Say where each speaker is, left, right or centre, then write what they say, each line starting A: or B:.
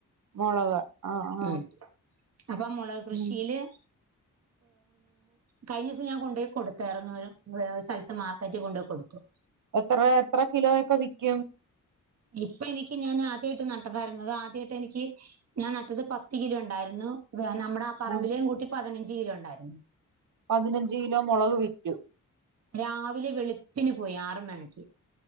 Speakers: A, on the right (about 75°); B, on the right (about 55°).
A: മുളക് ആഹ് ആഹ്
B: ഉം അപ്പൊ മുളക് കൃഷിയില്
A: ഉം
B: കഴിഞ്ഞ ദിവസം ഞാൻ കൊണ്ടുപോയി കൊടു കയറന്നൂരുംഒരു സ്ഥലത്ത് മാർക്കറ്റിൽ കൊണ്ടുപോയി കൊടുത്തു
A: എത്ര എത്ര കിലോയക്കെ വിക്കും
B: ഇപ്പ എനിക്ക് ഞാൻ ആദ്യമായിട്ട് നട്ടതരുന്നത് ആദ്യമായിട്ട് എനിക്ക് ഞാൻ നട്ടത് പത്ത് കിലോ ഉണ്ടായിരുന്നു നമ്മുടെ ആ പറമ്പിലേ
A: ഉം
B: കൂട്ടി പതിനഞ്ച് കിലോ ഉണ്ടായിരുന്നു
A: പതിനഞ്ച് കിലോ മുളക് വിറ്റു
B: രാവിലെ വെളുപ്പിന് പോയി ആറ് മണിക്ക്